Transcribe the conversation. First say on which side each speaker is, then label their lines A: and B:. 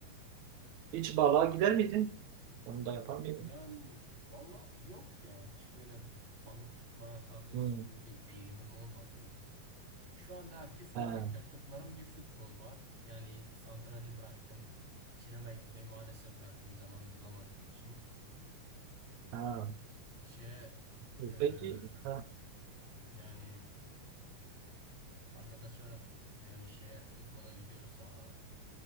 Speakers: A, on the right; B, on the right.
A: Hiç balığa gider miydin? Onu da yapar mıydın?
B: Yani valla yok ya hiç böyle balık tutma tarzı
A: Hmm.
B: hiçbir bir eğilimim olmadı. Şu anda aktif olarak
A: Ha,
B: yaptıklarım bir futbol var. Yani santracı bıraktım. Sinemaya gitmeyi maalesef bıraktım zaman bulamadığım için.
A: ha.
B: Şey
A: E,
B: eee,
A: Peki, ha,
B: yani arkadaşlara f- yani şey futbola gidiyoruz hala.